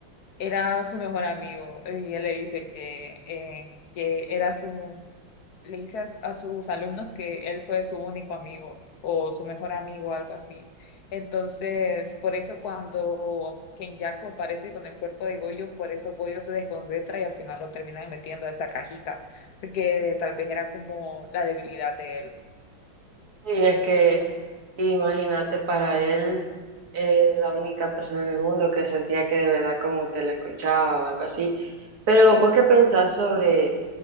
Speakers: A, on the left; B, on the right.
A: era su mejor amigo y él le dice que, eh, que era su, le dice a, a sus alumnos que él fue su único amigo o su mejor amigo, algo así. Entonces, por eso cuando Kenyaku aparece con el cuerpo de Goyo, por eso Goyo se desconcentra y al final lo termina metiendo a esa cajita, porque tal vez era como la debilidad de él.
B: Y es que, sí, imagínate, para él, eh, la única persona en el mundo que sentía que de verdad como que le escuchaba o algo así. Pero vos qué pensás sobre